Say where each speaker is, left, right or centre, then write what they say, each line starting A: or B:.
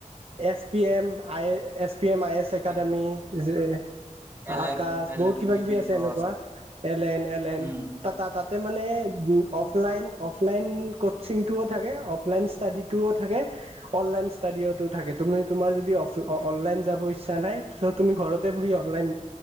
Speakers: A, on the right; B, on the right.
A: S P M I S P M I S একাডেমী।
B: কি
A: <unintelligible>
B: এলেন
A: আকাশ
B: এলেন
A: বহুত কিবা
B: কি
A: কিবি
B: কি
A: আছে
B: অ
A: এনেকুৱা এলেন এলেন
B: উম
A: টা তাতে মানে অফলাইন অফলাইন কচিংটোও থাকে, অফলাইন ষ্টাডি টোও থাকে অনলাইন ষ্টাডিতো থাকে। তুমি তোমাৰ যদি অনলাইন যাব ইচ্ছা নাই। তুমি ঘৰতে বহি অনলাইন